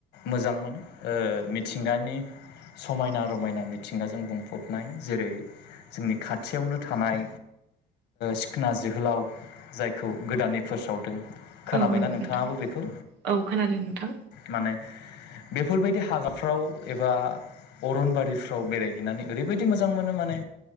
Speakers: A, on the left; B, on the right.
A: मोजां माने ओ मिथिंगानि समायना रमायना मिथिंगाजों बुंफबनाय जेरै जोंनि खाथियावनो थानाय सिखोना जोहोलाव जायखौ गोदानै फोस्रावदों। खोनाबायना
B: औ नंगौ
A: नोंथाङाबो
B: नोंथां
A: बेखौ?
B: औ खोनादों नोंथां
A: माने बेफोरबायदि हागाफ्राव एबा अरनबारिफ्राव बेरायहैनानै ओरैबायदि मोजां मोनो माने